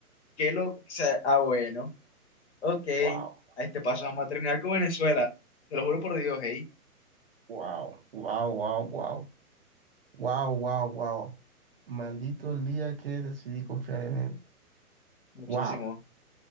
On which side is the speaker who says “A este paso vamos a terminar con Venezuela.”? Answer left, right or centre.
Left